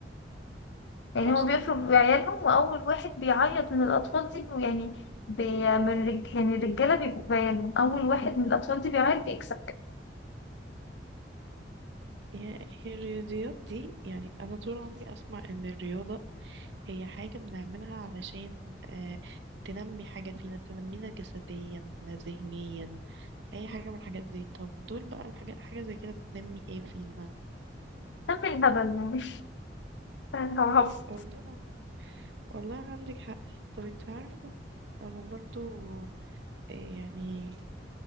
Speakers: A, on the left (about 75°); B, on the right (about 75°).
A: يعني
B: اصلا
A: هو بيفرض عيالهم واول واحد بيعيط من الاطفال دي بي- يعني بي من رج... يعني الرجالة بيبقوا بعيالهم اول واحد من الاطفال دي بيعيط بيكسب
B: هي هي الرياضيات دي يعني انا طول عمري اسمع ان الرياضة هي حاجة بنعملها علشان آه، تنمي حاجة فينا تنمينا جسديا ذهنيا أي حاجة من الحاجات دي طب دول بقى الحاجات حاجة زي كده بتنمي ايه فينا
A: كمل الهبل يعني هعرف
B: والله والله عندك حق طب انت عارفة أنا برضو آه، يعني